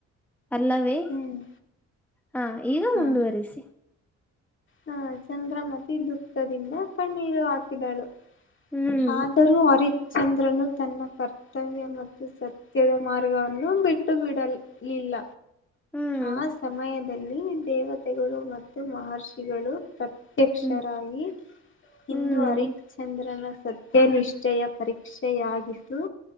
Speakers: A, in the centre; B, on the left.
A: ಅಲ್ಲವೇ
B: ಹ್ಮ್
A: ಹ ಈಗ
B: ಹಾ
A: ಮುಂದುವರಿಸಿ.
B: ಹಾ ಚಂದ್ರಮತಿ ದುಃಖದಿಂದ ಕಣ್ಣೀರು ಹಾಕಿದಾಳು.
A: ಹ್ಮ್
B: ಹಾದರು ಹರಿ ಚಂದ್ರನು ತನ್ನ ಕರ್ತವ್ಯ ಮತ್ತು ಸತ್ಯದ ಮಾರ್ಗವನ್ನು ಬಿಟ್ಟು ಬಿಡಲಿಲ್ಲ.
A: ಹ್ಮ್
B: ಆ ಸಮಯದಲ್ಲಿ ದೇವತೆಗಳು ಮತ್ತು ಮಹರ್ಷಿಗಳು. ಪ್ರತ್ಯಕ್ಷರಾಗಿ
A: ಹ್ಮ್ ಹ್ಮ್
B: ಇಂದು ಹರಿಶ್ಚಂದ್ರನ. ಸತ್ಯನಿಷ್ಠೆಯ ಪರೀಕ್ಷೆಯಾಗಿತು.